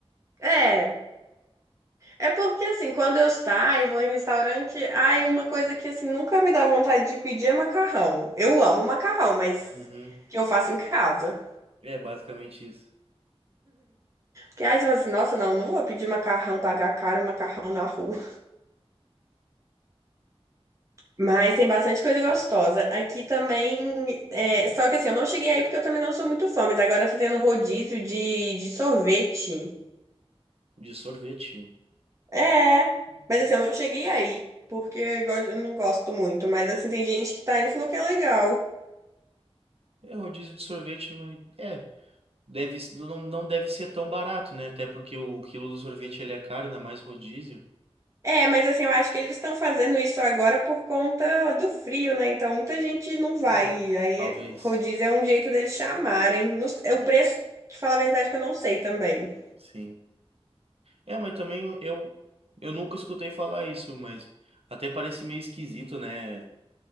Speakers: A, on the right; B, on the right.
A: É. É porque assim, quando eu saio, vou em restaurante, ai, uma coisa que assim nunca me dá vontade de pedir é macarrão. Eu amo macarrão, mas
B: Uhum.
A: que eu faço em casa.
B: É basicamente isso.
A: Que aí você fala assim, nossa, não, não vou pedir macarrão, pagar caro um macarrão na rua. Mas tem bastante coisa gostosa. Aqui também, é, só que assim, eu não cheguei aí porque eu também não sou muito fã, mas agora tá tendo rodízio de, de sorvete.
B: De sorvete.
A: É, mas assim, eu não cheguei aí, porque eu, go- eu não gosto muito. Mas assim, tem gente que tá indo e falou que é legal.
B: É rodízio de sorvete, mas. É. Deve, não, não deve ser tão barato, né? Até porque o quilo do sorvete ele é caro, ainda mais rodízio.
A: É, mas assim, eu acho que eles estão fazendo isso agora por conta do frio, né? Então muita gente não vai.
B: É,
A: E Aí
B: talvez.
A: é- rodízio é um jeito deles chamarem. Não s- é
B: É,
A: o preço, te falar a verdade, que eu não sei também.
B: sim. É, mas também eu, eu nunca escutei falar isso, mas até parece meio esquisito, né?